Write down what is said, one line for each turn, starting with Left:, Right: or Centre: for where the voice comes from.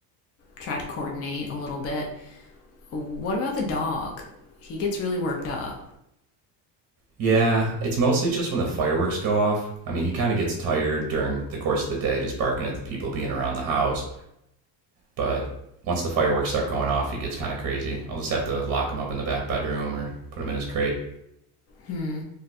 Left: try to coordinate a little bit. What about the dog? He gets really worked up.
Right: Yeah, it's mostly just when the fireworks go off. I mean, he kind of gets tired during the course of the day, just barking at the people being around the house. But once the fireworks start going off, he gets kind of crazy. I'll just have to lock him up in the back bedroom or put him in his crate.
Left: Hmm.